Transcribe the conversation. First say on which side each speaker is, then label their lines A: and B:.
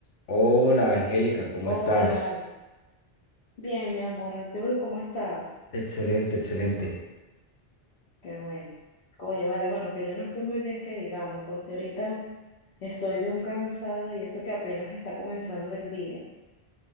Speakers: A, on the left; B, on the left.
A: Hola Angélica, ¿cómo
B: Hola,
A: estás?
B: bien, mi amor. ¿Y tú cómo estás?
A: Excelente, excelente.
B: Qué bueno. Oye, vale, bueno, que yo no estoy muy bien, que digamos, porque ahorita estoy de un cansado y eso que apenas está comenzando el día.